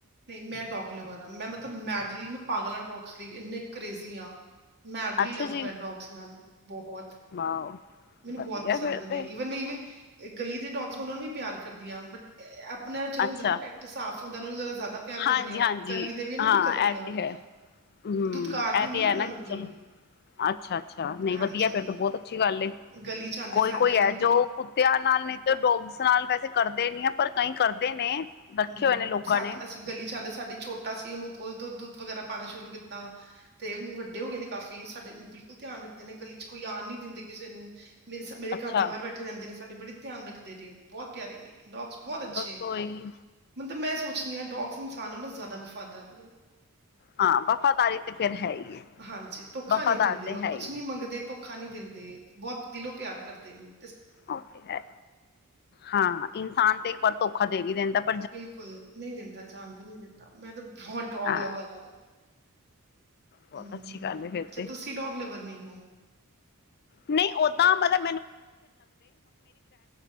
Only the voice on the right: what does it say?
ਨਹੀਂ ਮੈਂ ਡੋਗ ਲਵਰ ਮੈਂ ਮਤਲਬ ਮੈ ਲੀ ਮੈਂ ਪਾਗਲਾਂ ਡੋਗਸ ਲਈ ਇੰਨੇ ਕਰੇਜ਼ੀ ਆ ਮੈਡਲੀ
ਲਵ
ਮੈਂ ਡੋਗਸ ਨਾਲ ਬਹੁਤ
ਮੈਨੂੰ
ਬਹੁਤ ਪਸੰਦ
ਨੇ
ਈਵਨ ਗਲੀ ਦੇ ਡੋਗਸ ਉਹਨਾ ਨੂੰ ਵੀ ਪਿਆਰ ਕਰਦੀਆਂ ਬਟ ਆਪਣਿਆ ਵਿੱਚ ਹੁੰਦਾ
ਨਾ ਪੈਂਟ ਸਾਫ਼ ਹੁੰਦਾ ਉਹ ਨੂੰ ਜ ਜ਼ਿਆਦਾ ਪਿਆਰ
ਕਰਨੇ ਆਾਂ ਗਲੀ ਦੇ ਵੀ ਨੂੰ
ਵੀ ਕਰਦੀਆਂ।
ਦੁਤਕਾਰ
ਦੀ ਨੀ
ਮੈਂ
ਉਹਨਾਂ
ਨੂੰ
ਵੀ।
ਹਾਂਜੀ
ਗਲੀ ਚ ਆਉਂਦੇ
ਸਾਡੇ
ਉਹਨਾਂ
ਨੂੰ ਵੀ
ਨਹੀਂ
ਸਾਡੇ
ਅਸੀਂ ਗਲੀ ਜਾਂਦੇ ਸਾਡੀ ਛੋਟਾ ਸੀ ਉਹਨੂੰ ਉਹ ਦੁੱਧ ਵਗੈਰਾ ਪਾਉਣਾ ਸ਼ੁਰੂ ਕੀਤਾ। ਤੇ ਹੁਣ ਵੱਡੇ ਹੋ ਗਏ ਨੇ ਕਾਫ਼ੀ ਸਾਡੇ ਬਿਲਕੁਲ ਧਿਆਨ ਰੱਖਦੇ ਨੇ ਗਲੀ ਚ ਕੋਈ ਆ ਨੀ ਦਿੰਦੇ ਕਿਸੇ ਨੂੰ। ਮੇਰੇ
ਮੇਰੇ ਘਰ ਦੇ ਬਾਹਰ ਬੈਠੇ ਰਹਿੰਦੇ ਨੇ ਸਾਡੇ ਬੜੀ ਧਿਆਨ ਰੱਖਦੇ ਨੇ ਬਹੁਤ ਪਿਆਰੇ ਨੇ। ਡੋਗਸ ਬਹੁਤ ਅੱਛੇ।
ਮੈਂ ਸੋਚਦੀ ਹਾਂ ਡੋਗਸ ਇਨਸਾਨਾਂ ਨੂੰ ਜ਼ਿਆਦਾ ਵਫ਼ਾਦਾਰ ਨੇ।
ਹਾਂਜੀ ਧੋਖਾ
ਨੀ ਦਿੰਦੇ
ਉਹ
ਕੁਛ
ਨੀ ਮੰਗਦੇ ਧੋਖਾ ਨੀ ਦਿੰਦੇ। ਬੋਤ ਦਿਲੋਂ ਪਿਆਰ ਕਰਦੇ ਨੇੇ।
ਬਿਲਕੁਲ ਨਹੀਂ ਦਿੰਦਾ ਜਾਨ ਵੀ ਨਈ ਦਿੰਦਾ ਮੈਂ ਤੇ ਬਹੋਤ ਡੋਗ
ਲਵਰ ਆ।
ਹੂੰ
ਅੱਛਾ
ਤੁਸੀਂ ਡੋਗ ਲਵਰ ਨਹੀਂ ਹੋ?